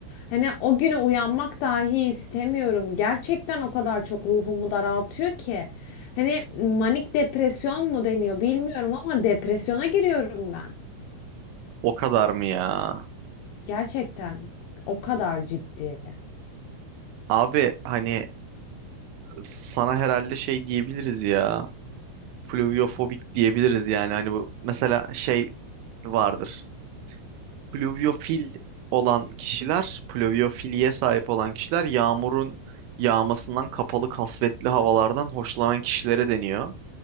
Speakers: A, on the left; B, on the right.
A: Hani o güne uyanmak dahi istemiyorum. Gerçekten o kadar çok ruhumu daraltıyor ki. Hani manik depresyon mu deniyor bilmiyorum ama depresyona giriyorum ben.
B: O kadar mı ya?
A: Gerçekten o kadar ciddi.
B: Abi hani sana herhalde şey diyebiliriz ya. Pluviofobik diyebiliriz yani. Hani bu mesela şey vardır. Pluviofil olan kişiler, pluviofiliye sahip olan kişiler yağmurun yağmasından kapalı kasvetli havalardan hoşlanan kişilere deniyor.